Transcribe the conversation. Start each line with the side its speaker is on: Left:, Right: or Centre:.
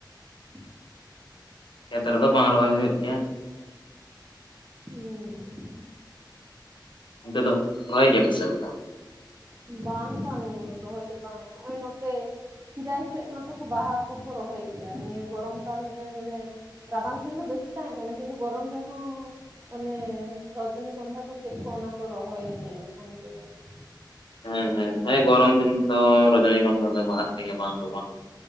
Right: ᱦᱩᱸ
Left: ᱠᱷᱮᱛ ᱨᱮᱫᱚ ᱵᱟᱝ ᱨᱚᱦᱚᱭ ᱦᱩᱭᱩᱜ ᱜᱮᱭᱟ᱾
Right: ᱦᱚᱸ
Left: ᱚᱱᱛᱮᱫ ᱫᱚ ᱨᱚᱦᱚᱭ ᱜᱮᱭᱟᱯᱮ ᱪᱮᱫ ᱞᱮᱠᱟ᱾
Right: ᱵᱟᱝ ᱵᱟᱝ ᱨᱚᱦᱚᱭ ᱫᱚ ᱵᱟᱝ ᱱᱚᱜᱼᱚᱭ ᱱᱚᱛᱮᱼᱼ ᱠᱷᱤᱨᱟᱭ ᱥᱮᱫ ᱢᱟᱛᱚ ᱵᱟᱦᱟ ᱠᱚᱠᱚ ᱨᱚᱦᱚᱭ ᱜᱮᱭᱟ ᱱᱤᱭᱟᱹ ᱜᱚᱨᱚᱢ ᱠᱟᱞᱨᱮ ᱢᱟᱱᱮᱼᱼ ᱨᱟᱵᱟᱝ ᱫᱤᱱ ᱫᱚ ᱵᱮᱥᱤ ᱛᱟᱦᱮᱸ ᱠᱟᱱᱟ ᱠᱤᱱᱛᱩ ᱜᱚᱨᱚᱢ ᱨᱮᱦᱚᱸᱼᱼ ᱚᱱᱮ ᱨᱚᱡᱚᱱᱤ ᱜᱚᱱᱫᱷᱟ ᱠᱚ ᱪᱮᱫ ᱠᱚ ᱚᱱᱟ ᱠᱚ ᱨᱚᱦᱚᱭ ᱧᱮᱞᱚᱜ ᱠᱟᱱ ᱜᱮᱭᱟ ᱡᱮᱱᱚ᱾
Left: ᱦᱮᱸ ᱦᱮᱸ ᱦᱮᱸ ᱜᱚᱨᱚᱢ ᱫᱤᱱ ᱫᱚ ᱨᱚᱡᱚᱱᱤᱜᱚᱱᱫᱷᱟ ᱫᱚ ᱵᱟᱦᱟᱜ ᱠᱟᱱ ᱜᱮᱭᱟ ᱵᱟᱝ ᱫᱚ ᱵᱟᱝ᱾